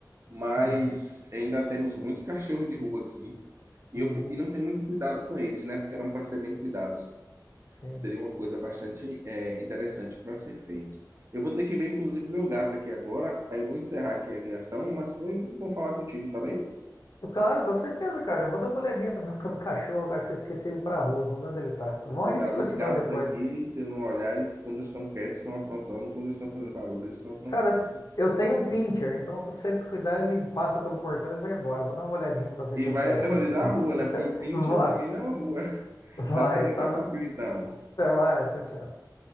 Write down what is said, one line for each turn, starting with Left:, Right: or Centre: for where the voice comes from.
Right: mas
Left: uhum,
Right: ainda temos muitos cachorros de rua aqui. E,
Left: uhum,
Right: eu- e não tem muito cuidado com eles, né? Porque eram para ser bem cuidados.
Left: sim.
Right: Seria uma coisa bastante é, interessante para ser feito. Eu vou ter que ver, inclusive, meu gato aqui agora. Aí eu vou encerrar aqui a ligação, mas foi muito bom falar contigo, tá bem?
Left: Claro, com certeza, cara. Eu vou dar uma olhadinha sobre o meu <laughs> do cachorro. eu Acho que eu esqueci ele pra rua. Vou ver onde ele tá. Tá bom?
Right: O
Left: A gente
Right: ga-
Left: continua
Right: os gatos
Left: depois.
Right: aqui, se eu não olhar, eles quando estão quietos estão aprontando, quando eles estão fazendo barulho, eles estão aprontando.
Left: Cara, eu tenho um pincher, então se você descuidar, ele passa pelo portão e vai embora. Eu Vou dar uma olhadinha pra ver
Right: E
Left: se eu fecho
Right: vai aterrorizar
Left: ele.
Right: a rua, né? Porque o
Left: <laughs>
Right: Pinche
Left: Vai,
Right: domina a rua. <laughs>
Left: vai.
Right: Até daqui
Left: Tá
Right: a
Left: na...
Right: pouquinho, então.
Left: Até mais. Tchau, tchau.